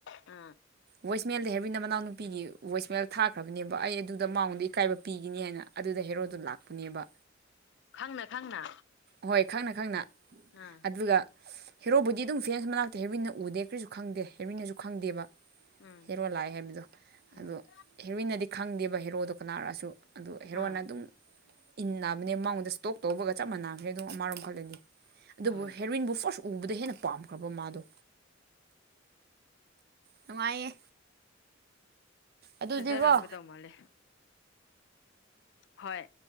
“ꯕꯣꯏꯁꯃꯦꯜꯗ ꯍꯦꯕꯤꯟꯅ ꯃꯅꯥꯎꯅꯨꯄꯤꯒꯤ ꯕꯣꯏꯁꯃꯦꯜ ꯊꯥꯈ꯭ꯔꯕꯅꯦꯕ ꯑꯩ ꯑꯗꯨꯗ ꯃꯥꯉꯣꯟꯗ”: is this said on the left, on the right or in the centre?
Right